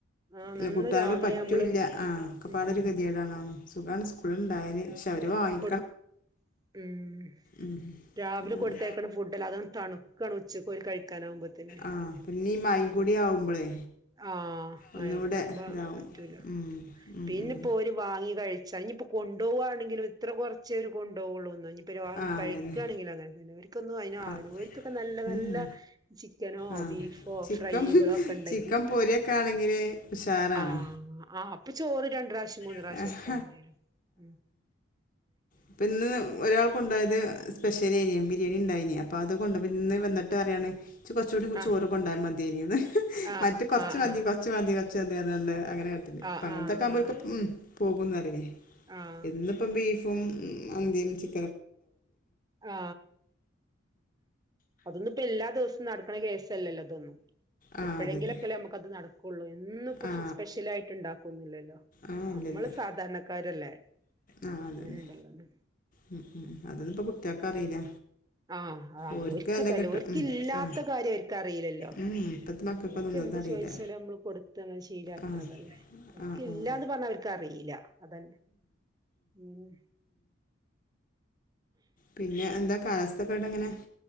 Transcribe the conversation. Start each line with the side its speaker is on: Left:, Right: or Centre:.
Right: ആഹ്
Left: എലെ
Right: നന്ന്
Left: കൂട്ടാന്കള്
Right: രാവിലെ
Left: പറ്റൂല്ല
Right: നമ്മള്
Left: ആ ഒകെപാടൊര്
Right: ഉം
Left: കെതിയേടാണ് മ്മ് സുഖാണ് സ്കൂൾ ണ്ടായാല് പക്ഷെ അവര് വാങ്ങി
Right: മ്മ് മ്മ്
Left: ഉം
Right: രാവിലെ
Left: അതാണ്
Right: കൊട്തയക്ണ ഫുഡല്ലെ അത് തണ് ക്കാണ് ഉച്ചക് ഓല് കയ് ക്കാനാവുമ്പത്തിന്
Left: ആഹ് പിന്നെ ഈ മഴയും
Right: മ്മ്
Left: കൂടി ആവുമ്പളേ
Right: ആ മഴൊകാവുമ്പൊ
Left: ഒന്നൂടെ ഇതാവും
Right: പറ്റൂല
Left: ഉം ഉം
Right: പിന്നെപോല്
Left: ഉം
Right: വാങ്ങി കഴിച ഞ് പ്പം കോണ്ടൊവാണെങ്കിലും എത്ര കൊർചേ ഓല് കൊണ്ടൊ വോള്ളൂന്നൊ ഇഞ് ഇത്തിരോളം
Left: ആഹ്
Right: കയിക്കാണെങ്കിലും
Left: അതന്നെ
Right: അങനെ തന്നെ ഓര്കൊന്നും അയിനാവൂല
Left: ആഹ്
Right: ഓര്കൊകെ നല്ല നല്ല
Left: ഉം
Right: ചിക്കനോ
Left: ആഹ്
Right: ബീഫോ
Left: ചിക്കൻ
Right: ഫ്രൈ കളൊക്കെണ്ടെങ്കി
Left: ചിക്കൻ പൊരിയൊക്കെ ആണെങ്കില് ഉഷാറാണ്
Right: ആ അപ്പം ചോറ് രണ്ട്റാശ്യും മൂന്ന്റാശ്യും
Left: ഉം
Right: ഒകെ വാണ്ടിയെ രും
Left: ഇപ്പന്ന് ഒരാൾ കൊണ്ടോയത് സ്പെഷലേനിയു ബിരിയാണിണ്ടാ യീനി അപ്പത് കൊണ്ടൊപ്പം ഇന്ന് വെന്ന്ട്ടറിയാണ് ച്ച് കൊർചൂടിം
Right: ആഹ്
Left: ചോറ് കൊണ്ടൊയാ മത്യേനിന്ന്
Right: ആഹ്
Left: മറ്റെ കൊർച്
Right: ആഹ് ആഹ്
Left: മതി കൊർച്മതി കൊർച്മതിന്നർഞാണ്ട് അങ്ങനെ കാട്ടല്
Right: ആഹ്
Left: അപ്പോത്തൊക്കെ
Right: ആഹ്
Left: ആവുമ്പോൾ ഓൽക് മ്മ് പോകുംന്നറിയേ
Right: ആഹ്
Left: ഏന്നുപ്പം ബീഫ് കും <unintelligible>
Right: ആ അതൊന്നുപെല്ലാ ദിവസ് നടക്ണ കേസല്ലല്ലൊ ഇതൊന്നും
Left: ആ
Right: എപ്പഴെങ്കിലൊകെല്ലെ
Left: അതന്നെ
Right: നമ്മുക്ക് അതെ നടകോള്ളു എന്നുപ്പം
Left: ആ
Right: സ്പെഷലായിട്ടാണ്ടാക്കൊന്നുല്ലല്ലോ
Left: ആ ഇല്ലില്ല
Right: അമ്മള് സാധാരണക്കാരല്ലേ
Left: ആ അതന്നെ
Right: അങ്ങനിണ്ടല്ലൊ ഒന്ന്
Left: ഉം, ഉം. അതൊന്നും ഇപ്പോൾ കുട്ടികൾക്ക് അറിയില്ല
Right: ആ അത്
Left: ഓർക്ക്
Right: ഒരിക്കതല്ല
Left: അല്ല കിട്ടും
Right: ഒരിക്കും
Left: ഉം,
Right: ഇല്ലാത്ത
Left: ആ
Right: കാര്യം ഒരിക്കറിയില്ലല്ലോ
Left: ഉം, ഇപ്പോഴത്തെ മക്കൾക്കൊന്നും
Right: അവർക്ക് എന്ത്
Left: അത് അറിയില്ല
Right: ചോദിച്ചാലും നമ്മള് കൊടുത്ത്ന ശീലക്കണതല്ലേ
Left: ആ
Right: അവർക്ക്ല്ലാന്ന്
Left: ആ ആ
Right: പറഞ്ഞാ അവർക്ക്റിയില്ല അതന്നെ ഉം
Left: പിന്നെ എന്താ കാലസ് അതൊക്കെ ഇവിടെങ്ങനെ